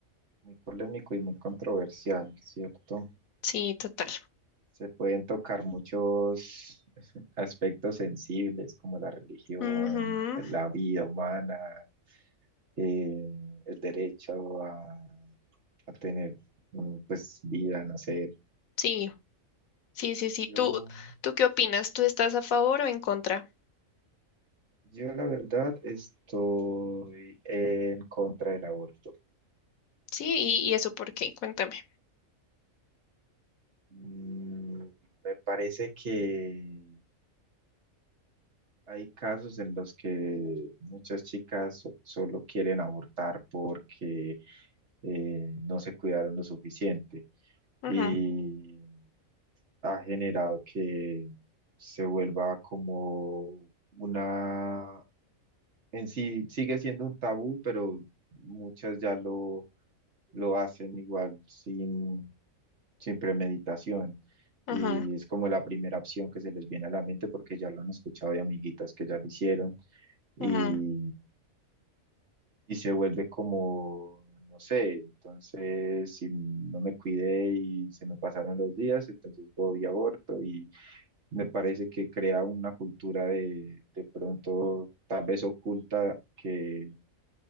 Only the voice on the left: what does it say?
Sí, total.
Ujú.
Sí, sí, sí, sí.
¿Tú, tú qué opinas? ¿Tú estás a favor o en contra?
Sí, y, y eso por qué? Cuéntame.
Ujú,
Mm,
ujú,
ujú.